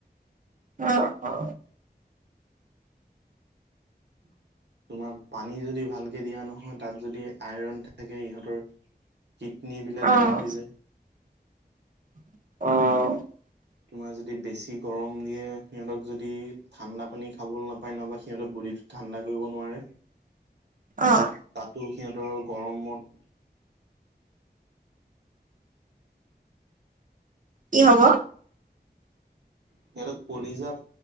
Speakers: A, on the right; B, on the right.
A: অ', অ,
B: <unintelligible> তোমাৰ পানী যদি ভালকে দিয়া নহয় তাত যদি আইৰণ থাকে ইহঁতৰ কিডনীবিলাক
A: অ'
B: বেয়া হৈ যায়।
A: অ',
B: তোমাৰ যদি বেছি গৰম দিয়ে সিহঁতক যদি, ঠাণ্ডা পানী খাবলৈ নাপায় না বা সিহঁতৰ <unintelligible> <unintelligible> ঠাণ্ডা কৰিব নোৱাৰে।
A: অ',
B: তাতো সিহঁতৰ আৰু গৰমত
A: কি হ'ব?
B: সিহঁতক কলিজাত,